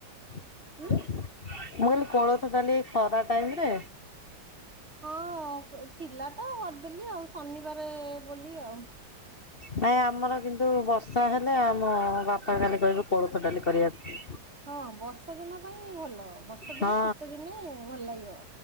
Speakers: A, on the left; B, on the right.
A: ମୁଁ
B: ହୁଁ।
A: କହିଲି କୋଳଥ ଡାଲି ଏଇ ଖରା ଟାଇମରେ?
B: ହଁ ଆ ଥିଲା ତ କରଦେଲି ଆଉ ଶନିବାରେ ବୋଲି ଆଉ।
A: ନାଇ ଆମର କିନ୍ତୁ ବର୍ଷା ହେଲେ ଆମ ବାପା ଖାଲି କହିବେ କୋଳଥ ଡାଲି କରିବାକୁ।
B: ହଁ ବର୍ଷା ଦିନ ପାଇଁ ଭଲ ବର୍ଷା ଦିନେ
A: ହଁ
B: ଶୀତ ଦିନେ ଭଲ ଲାଗିବ।